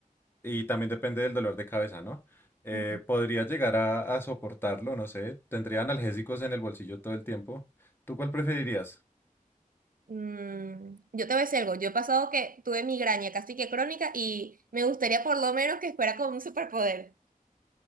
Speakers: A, on the left; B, on the right.
A: y también depende del dolor de cabeza, ¿no? Eh,
B: Ujú.
A: podría llegar a, a soportarlo, no sé. Tendría analgésicos en el bolsillo todo el tiempo. ¿Tú cuál preferirías?
B: Mm, yo te voy a decir algo, yo he pasado que tuve migraña casi que crónica y me gustaría por lo menos que fuera con un superpoder.